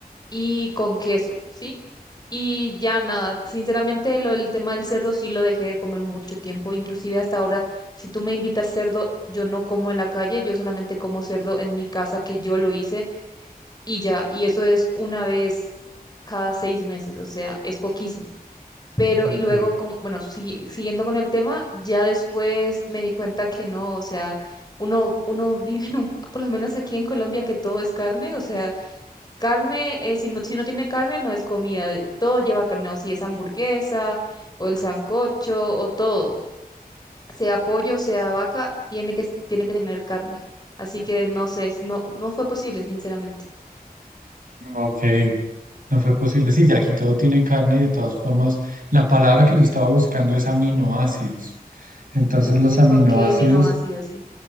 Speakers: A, on the left (about 25°); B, on the right (about 60°).
A: y con queso, ¿sí? Y ya nada, sinceramente lo del tema del cerdo sí lo dejé de comer mucho tiempo, inclusive hasta ahora, si tú me invitas cerdo, yo no como en la calle, yo solamente como cerdo en mi casa que yo lo hice y ya, y eso es una vez cada seis meses, o sea, es poquísimo. Pero
B: Ok,
A: y luego, como- bueno, sigui- siguiendo con el tema, ya después me di cuenta que no, o sea, uno, uno vive en un, <laughs> por lo menos aquí en Colombia, que todo es carne, o sea... Carne, eh, si no, si no tiene carne, no es comida. Todo lleva carne, o si es hamburguesa, o el sancocho, o todo. Sea pollo, sea vaca, tiene que, tiene que tener carne. Así que no sé, es- no, no fue posible, sinceramente.
B: ok. No fue posible. Sí, ya aquí todo tiene carne y de todas formas, la palabra que yo estaba buscando es aminoácidos. Entonces, los aminoácidos
A: Ok, a mí no ha sido así.